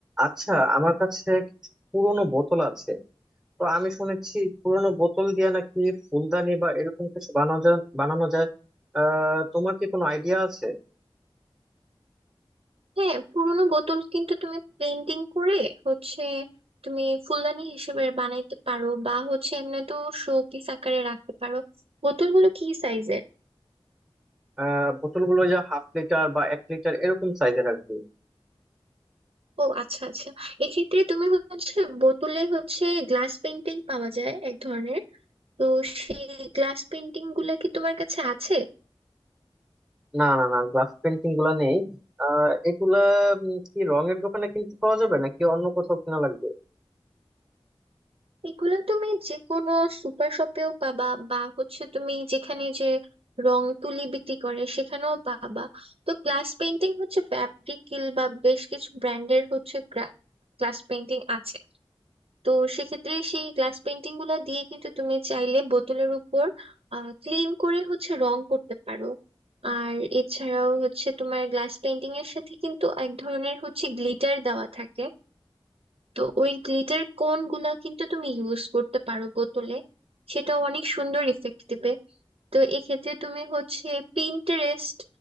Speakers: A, in the centre; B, on the right.
A: আচ্ছা আমার কাছে কিছু পুরোনো বোতল আছে তো আমি শুনেছি পুরোনো বোতল দিয়ে নাকি ফুলদানি বা এরকম কিছু বানানো যায় বানানো যায় আহ তোমার কি কোনো আইডিয়া আছে
B: হ্যাঁ পুরোনো বোতল কিন্তু তুমি পেন্টিং করে হচ্ছে তুমি ফুলদানি হিসেবে বানাইতে পারো বা হচ্ছে এমনি তো শোপিস আকারে রাখতে পারো বোতলগুলো কি সাইজের
A: আহ বোতলগুলো যা হাফ লিটার বা এক লিটার এরকম সাইজের আর কি
B: ও আচ্ছা আচ্ছা এক্ষেত্রে তুমি হচ্ছে বোতলে হচ্ছে গ্লাস পেন্টিং পাওয়া যায় এক ধরনের তো সেই গ্লাস পেন্টিং গুলা কি তোমার কাছে আছে
A: না না না গ্লাস পেন্টিং গুলা নেই আহ এগুলা উম, কি রঙের দোকানে কিনতে পাওয়া যাবে নাকি অন্য কোথাও কিনা লাগবে
B: এগুলো তুমি যে কোনো সুপার শপেও পাবা বা হচ্ছে তুমি যেখানে যে রং তুলি বিক্রি করে সেখানেও পাবা তো গ্লাস পেইন্টিং হচ্ছে ফ্যাব্রিকিল বা বেশ কিছু ব্র্যান্ডের হচ্ছে গ্লাস পেইন্টিং আছে তো সেক্ষেত্রে সেই গ্লাস পেইন্টিং গুলো দিয়ে কিন্তু তুমি চাইলে বোতলের উপর ক্লিন করে হচ্ছে রং করতে পারো আর এছাড়াও হচ্ছে তোমার গ্লাস পেইন্টিং এর সাথে কিন্তু এক ধরনের হচ্ছে গ্লিটার দেওয়া থাকে তো ওই গ্লিটার কোন গুলা কিন্তু তুমি ইউজ করতে পারো বোতলে সেটা অনেক সুন্দর ইফেক্ট দেবে তো এক্ষেত্রে তুমি হচ্ছে পিন্টারেস্ট